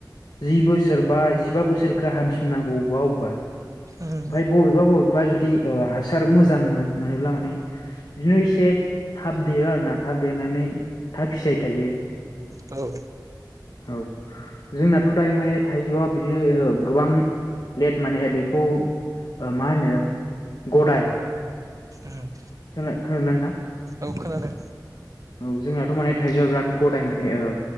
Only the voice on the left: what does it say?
जि बोसोर बा जिबा बोसोर गाहामसिम नांगौ अबेबा अबेबा ओमफ्राय
बबेबा बबेबा जुदि ओ हासार मोजां मोनोब्ला माने बिदिनो एसे थाब देरो आरो ना थाब देरनानै थाब फिथाइ थायो।
औ जोंनाथ' दायो माने थाइजौआ बिदिनो गोबां लेट मानेहाय बेखौ मा होनो गदाय
खोना खोनादोंना नोंथां
औ जोंनाथ' माने थाइजौआ बिराद गदाय माने ओ